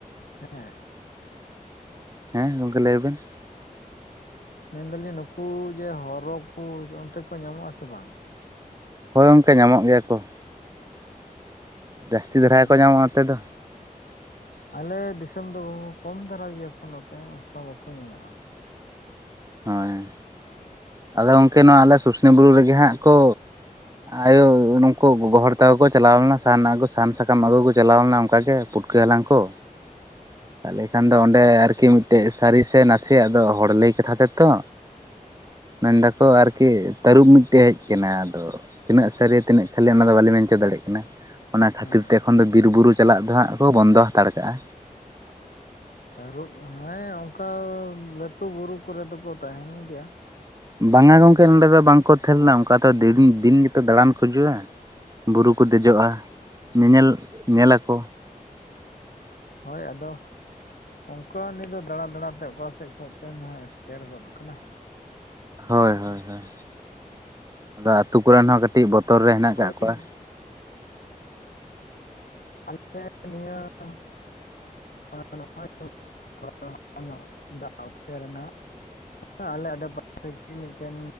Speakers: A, on the left; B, on the right.
A: ᱦᱮᱸ
B: ᱦᱮᱸ ᱜᱚᱝᱠᱮ ᱞᱟᱹᱭ ᱵᱮᱱ᱾
A: ᱢᱮᱱ ᱫᱟᱞᱤᱧ ᱱᱩᱠᱩ ᱡᱮ ᱦᱚᱨᱦᱚ ᱠᱚ ᱚᱱᱛᱮ ᱠᱚ ᱧᱟᱢᱚᱜᱼᱟ ᱥᱮ ᱵᱟᱝ?
B: ᱦᱳᱭ ᱜᱚᱝᱠᱮ, ᱧᱟᱢᱚᱜ ᱜᱮᱭᱟ ᱠᱚ ᱾ ᱡᱟᱹᱥᱛᱤ ᱫᱷᱟᱨᱟ
A: ᱦᱩᱸ
B: ᱜᱮ ᱠᱚ ᱧᱟᱢᱚᱜᱼᱟ᱾ ᱱᱚᱛᱮ ᱫᱚ᱾
A: ᱟᱞᱮ ᱫᱤᱥᱚᱢ ᱫᱚ ᱠᱚᱢ ᱫᱷᱟᱨᱟ ᱜᱮᱭᱟ ᱠᱚ ᱱᱚᱛᱮ, ᱚᱱᱠᱟ ᱵᱟᱠᱚ ᱧᱟᱢᱚᱜᱼᱟ᱾
B: ᱦᱳᱭ ᱟᱫᱚ ᱜᱚᱢᱠᱮ ᱱᱚᱣᱟ ᱟᱞᱮ ᱥᱩᱥᱱᱤ ᱵᱩᱨᱩ ᱨᱮᱜᱮ ᱦᱟᱸᱜ ᱠᱚ ᱟᱭᱳ ᱩᱱᱩᱠᱩ ᱜᱚ ᱜᱚ ᱦᱚᱲ ᱛᱟᱠᱚ ᱠᱚ ᱪᱟᱞᱟᱣ ᱞᱮᱱᱟ ᱥᱟᱦᱟᱱ ᱟᱹᱜᱩ ᱥᱟᱦᱟᱱ ᱥᱟᱠᱟᱢ ᱟᱹᱜᱩ ᱠᱚ ᱪᱟᱞᱟᱣ ᱞᱮᱱᱟ ᱚᱱᱠᱟ ᱜᱮ ᱯᱩᱴᱼᱼ ᱠᱮᱞᱟᱝ ᱠᱚ ᱛᱟᱦᱚᱞᱮ ᱠᱷᱟᱱ ᱫᱚ ᱚᱸᱰᱮ ᱟᱨᱠᱤ ᱢᱤᱫᱴᱮᱡ ᱥᱟᱹᱨᱤ ᱥᱮ ᱱᱟᱥᱮᱭᱟᱜ ᱫᱚ ᱦᱚᱲ ᱞᱟᱹᱭ ᱠᱟᱛᱷᱟ ᱛᱮ ᱛᱚ ᱢᱮᱱ ᱫᱟᱠᱚ ᱟᱨᱠᱤ ᱛᱟᱹᱨᱩᱵ ᱢᱤᱫᱴᱮᱡ ᱦᱮᱡ ᱟᱠᱟᱱᱟ ᱟᱫᱚ ᱛᱤᱱᱟᱹᱜ ᱥᱟᱹᱨᱤᱭᱟ ᱛᱤᱱᱟᱹᱜ ᱠᱷᱟᱹᱞᱤ ᱚᱱᱟ ᱫᱚ ᱵᱟᱞᱤ ᱢᱮᱱᱧᱪᱚ ᱫᱟᱲᱮᱭᱟᱜ ᱠᱟᱱᱟ ᱚᱱᱟ ᱠᱷᱟᱹᱛᱤᱨ
A: ᱦᱮᱸ
B: ᱛᱮ ᱮᱠᱷᱚᱱ ᱫᱚ ᱵᱤᱨ ᱵᱩᱨᱩ ᱪᱟᱞᱟᱜ ᱫᱚ ᱦᱟᱸᱜ ᱠᱚ ᱵᱚᱱᱫᱚ ᱦᱟᱛᱟᱲ ᱠᱟᱜᱼᱟ
A: ᱛᱟᱹᱨᱩᱵᱽ ᱦᱮᱸ ᱚᱱᱠᱟ ᱞᱟᱹᱴᱩ ᱵᱩᱨᱩ ᱠᱚᱨᱮ ᱫᱚᱠᱚ ᱛᱟᱦᱮᱸᱱ ᱜᱮᱭᱟ
B: ᱵᱟᱝ-ᱟ ᱜᱚᱢᱠᱮ ᱱᱚᱸᱰᱮ ᱫᱚ ᱵᱟᱝᱠᱚ ᱛᱟᱦᱮᱸ ᱞᱮᱱᱟ ᱚᱱᱠᱟ ᱛᱮ ᱫᱤᱨ ᱫᱤᱱ ᱜᱮᱛᱚ ᱫᱟᱬᱟᱱ ᱠᱚ ᱦᱤᱡᱩᱜᱼᱟ ᱵᱩᱨᱩ ᱠᱚ ᱫᱮᱡᱚᱜᱼᱟ ᱧᱮᱧᱮᱞ ᱧᱮ ᱟᱠᱚ
A: ᱦᱳᱭ ᱟᱫᱚ ᱚᱱᱠᱟ ᱱᱤ ᱫᱚ ᱫᱟᱬᱟ ᱫᱟᱬᱟᱛᱮ ᱚᱠᱟᱥᱮᱫ ᱠᱷᱚᱡ ᱪᱚ ᱱᱟ ᱥᱮᱴᱮᱨ ᱜᱚᱫ ᱟᱠᱟᱱᱟ
B: ᱦᱳᱭ ᱦᱳᱭ ᱦᱳᱭ ᱟᱫᱚ ᱟᱛᱳ ᱠᱚᱨᱮᱱ ᱦᱚᱸ ᱠᱟᱹᱴᱤᱡ ᱵᱚᱛᱚᱨ ᱨᱮ ᱦᱮᱱᱟᱜ
A: ᱚᱱᱠᱟᱜᱮ
B: ᱟᱠᱟᱫ ᱠᱚᱣᱟ <unintelligible>
A: ᱟᱞᱮ ᱱᱤᱭᱟᱹ <unintelligible> ᱫᱟᱜ ᱛᱮᱱᱟᱜ ᱟᱞᱮ <unintelligible> ᱢᱤᱫᱴᱮᱱ